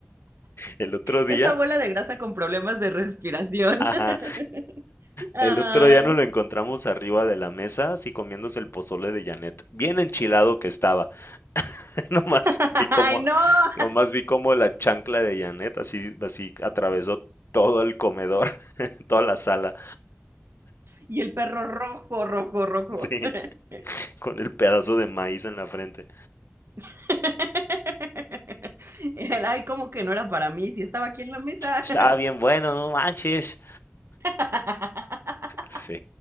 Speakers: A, on the left (about 75°); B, on the right (about 85°).
A: El otro día,
B: Esa bola de grasa con problemas de respiración.
A: ajá,
B: <laughs> Ay,
A: el otro día nos lo encontramos arriba de la mesa, así comiéndose el pozole de Janet. Bien enchilado que estaba. <laughs> Nomás
B: <laughs>
A: vi cómo,
B: ay, no. <laughs>
A: nomás vi cómo la chancla de Janet así, así atravesó todo el comedor. toda la sala,
B: Y el perro rojo, rojo,
A: <laughs>
B: rojo.
A: sí,
B: <laughs>
A: con el pedazo de maíz en la frente.
B: <laughs> Y Él, Ay, como que no era para mí, si estaba aquí en la mesa.
A: Estaba bien bueno, no manches.
B: <laughs>
A: Sí,